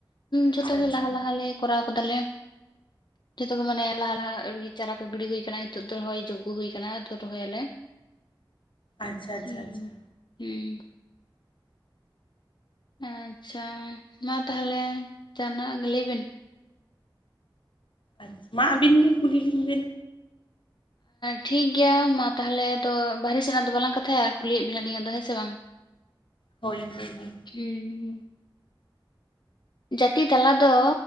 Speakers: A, on the left; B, on the left.
A: ᱟᱪᱪᱷᱟ
B: ᱡᱷᱚᱛᱚ ᱜᱮ
A: ᱟᱪᱪᱷᱟ
B: ᱞᱟᱦᱟᱼᱞᱟᱦᱟᱞᱮ ᱠᱚᱨᱟᱣ ᱠᱟᱫᱟ ᱞᱮ ᱡᱷᱚᱛᱚ ᱜᱮ ᱢᱟᱱᱮ ᱞᱟᱦ <unintelligible> ᱪᱟᱨᱟ ᱠᱚ ᱜᱤᱰᱤ ᱦᱩᱭ ᱠᱟᱱᱟ ᱱᱤᱛᱚᱜ ᱫᱚ ᱨᱚᱦᱚᱭ ᱡᱳᱚᱜᱽᱜᱚ ᱦᱩᱭ ᱠᱟᱱᱟ ᱛᱚ ᱨᱚᱦᱚᱭ ᱟᱞᱮ ᱾
A: ᱟᱪᱪᱷᱟ ᱟᱪᱪᱷᱟ
B: ᱦᱩᱸᱼᱦᱩᱸ
A: ᱟᱪᱪᱷᱟ
B: ᱦᱩᱸ ᱾ ᱟᱪᱪᱷᱟ᱾ ᱢᱟ ᱛᱟᱦᱚᱞᱮ ᱡᱟᱦᱟᱱᱟᱜ ᱞᱟᱹᱭ ᱵᱮᱱ
A: ᱟᱪᱪᱷᱟ ᱢᱟ ᱟᱹᱵᱤᱱ ᱜᱮ ᱠᱩᱞᱤ ᱞᱤᱧ ᱵᱤᱱ᱾
B: ᱴᱷᱤᱠ ᱜᱮᱭᱟ ᱢᱟ ᱛᱟᱦᱚᱞᱮ ᱟᱫᱚ ᱵᱟᱦᱨᱮ ᱥᱮᱱᱟᱜ ᱫᱚ ᱵᱟᱞᱟᱝ ᱠᱟᱛᱷᱟᱭᱟ ᱠᱩᱞᱤᱭᱮᱫ ᱵᱮᱱᱟ ᱞᱤᱹᱧ ᱟᱫᱚ ᱦᱮᱸ ᱥᱮ ᱵᱟᱝ <inaudible>
A: ᱦᱳᱭ ᱦᱳᱭ ᱦᱳᱭ ᱾
B: <inaudible> ᱡᱟᱹᱛᱤ ᱛᱟᱞᱟ ᱫᱚ